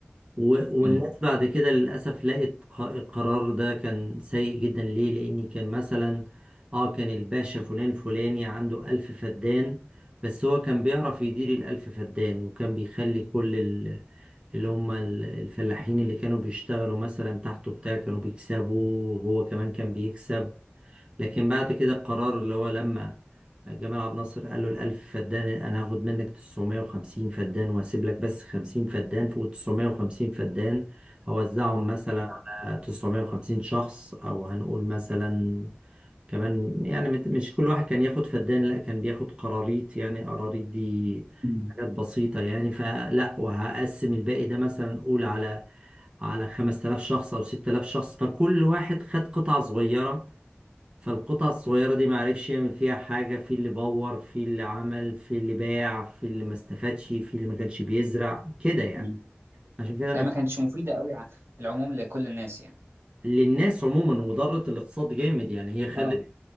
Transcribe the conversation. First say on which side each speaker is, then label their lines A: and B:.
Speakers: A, on the right; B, on the right.
A: و- والناس
B: مم.
A: بعد كده للأسف لقت ق- القرار ده كان سيء جدا ليه؟ لأن كان مثلا اه كان الباشا فلان فلاني عنده ألف فدان بس هو كان بيعرف يدير الألف فدان وكان بيخلي كل ال- اللي هم ال- الفلاحين اللي كانوا بيشتغلوا مثلا تحته بتاع كانوا بيكسبوا وهو كمان كان بيكسب لكن بعد كده القرار اللي هو لما جمال عبد الناصر قال له الألف فدان أنا هاخد منك 950 فدان وهسيب لك بس 50 فدان فوق 950 فدان هوزعهم مثلا على 950 شخص أو هنقول مثلا كمان يعني مت- مش كل واحد كان ياخد فدان لا كان بياخد قراريط يعني قراريط دي
B: مم.
A: حاجات بسيطة يعني فلا وهقسم الباقي ده مثلا قول على على 5000 شخص أو 6000 شخص فكل واحد خد قطعة صغيرة فالقطع الصغيرة دي معرفش يعمل فيها حاجة في اللي بور في اللي عمل في اللي باع في اللي ما استفادش في اللي ما كانش بيزرع كده يعني
B: مم.
A: عشان كده أنا
B: فهي ما كانتش مفيدة قوي ع- في العموم لكل الناس يعني
A: للناس عموما وضرت الاقتصاد جامد يعني هي خلت
B: اه